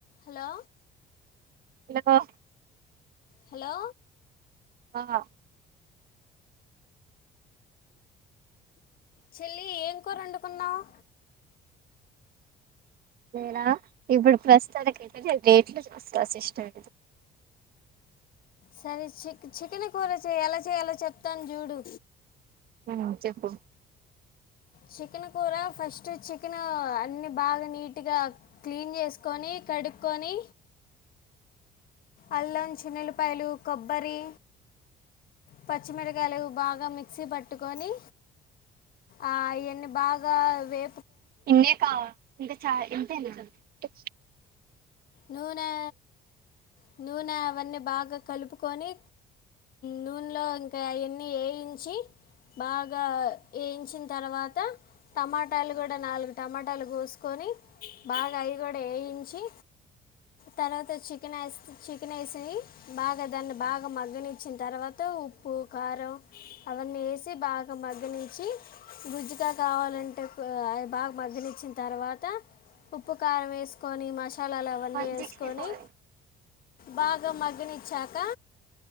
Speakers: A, on the left; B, on the right.
A: Hello
B: పిల్లగా
A: hello
B: ఆ
A: చెల్లి ఏం కూర వండుకున్నావు
B: నే నా ఇప్పుడు ప్రస్తుతన రేట్లు ట్రాన్సిస్టర్
A: సరే చిక్ చికెన్ కూర చేయాలో చేయ ఎలా చెప్తాను చూడు
B: ఉమ్ చెప్పు
A: చికెన్ కూర ఫస్ట్ చికెన్ అన్ని బాగ నీట్గా క్లీన్ చేసుకొని కడుక్కొని అల్లం చిన్నుల్లిపాయలు కొబ్బరి పచ్చిమిరకాయలు బాగా మిక్సీ పట్టుకొని ఆ ఇవన్ని బాగా వే
B: ఇన్న కా చ ఇంతేనా స
A: నూనె యే నూనె అవన్నీ బాగ కలుపుకొని నూనెలో ఇంకా అవన్నీ వేయించి బాగా వేయించిన తర్వాత టమాటాలు కూడ నాలుగు టమాటాలు పోసుకొని బాగ అవి కూడ వేయించి తర్వాత చికెన్ వే చికెన్ వేసి బాగ దాన్ని బాగా మగ్గనిచ్చిన తర్వాత ఉప్పు కారం అవన్నీ వేసి బాగా మగ్గనిచ్చి గుజ్జుగా కావాలంటే బాగ మరగనిచ్చిన తర్వాత ఉప్పు కారం వేసుకొని మసాల నెయ్యి
B: వన్
A: వేసుకొని
B: సిక్స్టీ ఫోర్
A: బాగా మగ్ వచ్చాక